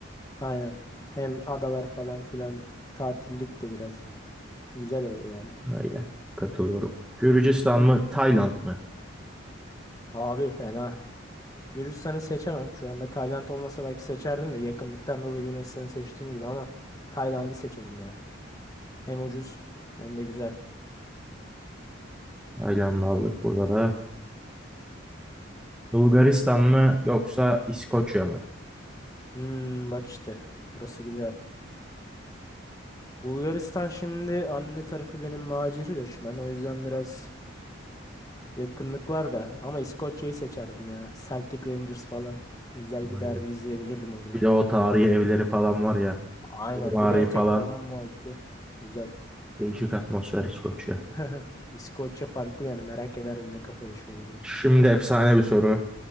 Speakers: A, on the left; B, in the centre.
A: Aynen. Hem adalar falan filan tatillik de biraz güzel olur yani.
B: Aynen. Katılıyorum. Gürcistan
A: Hı.
B: mı? Tayland mı?
A: Abi fena. Gürcistan'ı seçemem. Şu anda Tayland olmasa belki seçerdim de yakınlıktan dolayı Yunanistan'ı seçtiğim gibi ama Tayland'ı seçerim ya. Hem ucuz hem de güzel.
B: Tayland'ı aldık burada da. Bulgaristan mı? Yoksa İskoçya mı?
A: Hmm, bak işte burası güzel. Bulgaristan şimdi anne tarafı benim macir göçmen. O yüzden biraz yakınlık var da ama İskoçya'yı seçerdim ya. Celtic Rangers falan. Güzel bir
B: Aynen.
A: derbi izleyebilirdim orada.
B: Bir de o tarihi evleri falan var ya.
A: Aynen
B: Mimari
A: bir de etek
B: falan.
A: falan muhabbeti. Güzel.
B: Değişik atmosfer İskoçya.
A: <laughs> İskoçya farklı yani merak ederdim ne kafa yaşıyorlar diye.
B: Şimdi efsane bir soru